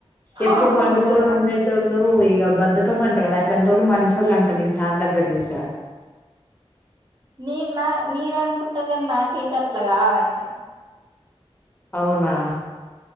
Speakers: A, on the right; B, on the left.
A: పాపం
B: ఎప్పుడు పండుకొని
A: కదా
B: ఉండేటోళ్ళు ఈ గ బధకం అంట కదా అట్లాంటోళ్ళు మంచోళ్ళంట నేను చాన్ దగ్గర చూసా
A: నీ నా మీరు అనుకుంటారు కానీ నాకైతే అట్లా కదండి
B: అవునా